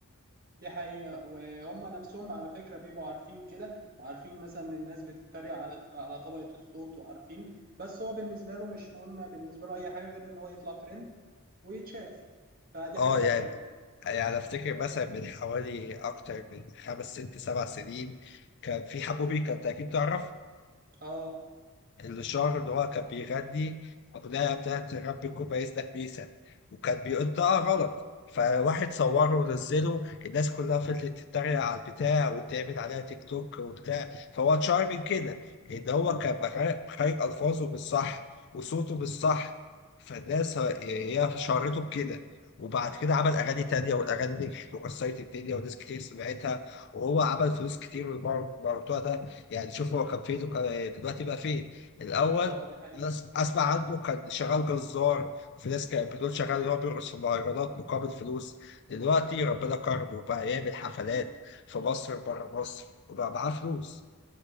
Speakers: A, on the right; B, on the left.
A: دي حقيقه وهم نفسهم على فكره بيبقوا عارفين كده وعارفين مثلا إن الناس بتتريق على على طبقه الصوت وعارفين بس هو بالنسبه له مش مهم بالنسبه له اي حاجه غير ان هو يطلع ترند ويتشاف فدي
B: اه
A: حاجه وحشه
B: يعني
A: بقى
B: يعني افتكر مثلا من حوالي اكتر من خمس ست سبع سنين كان في حبوبي كانت اكيد تعرف
A: اه
B: الشعر اللي هو كان بيغني أغنية بتاعت رب يكون بايسلك بيسا وكان بينطقها غلط فواحد صوره
A: اه
B: ونزله الناس كلها فضلت تتريق على البتاع وتعمل عليها تيك توك وبتاع فهو اتشهر من كده إن هو كان بخارج بخارج ألفاظه بالصح وصوته بالصح فالناس ه- هي شهرته بكده وبعد كده عمل أغاني تانية والأغاني دي وكسرت الدنيا وناس كتير سمعتها وهو عمل فلوس كتير من الموضوع ده يعني شوف هو كان فين وكان دلوقتي بقى فين الاول
A: اه دي حقيقه
B: ناس اسمع عنه كان شغال جزار وفي ناس كانت بتقول شغال اللي هو بيرقص في مهرجانات مقابل فلوس دلوقتي ربنا كرمه وبقى يعمل حفلات في مصر بره مصر وبقى معاه فلوس